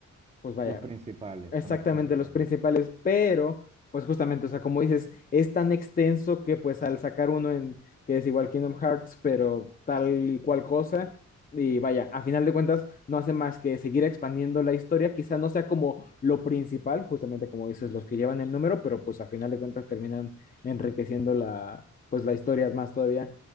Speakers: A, on the left; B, on the right.
A: pues vaya,
B: Los principales,
A: Exactamente,
B: son los principales.
A: los principales, pero pues justamente, o sea, como dices, es tan extenso que pues al sacar uno en que es igual Kingdom Hearts, pero tal y cual cosa, y vaya, a final de cuentas no hace más que seguir expandiendo la historia, quizá no sea como lo principal, justamente como dices, los que llevan el número, pero pues a final de cuentas terminan enriqueciendo la, pues la historia más todavía.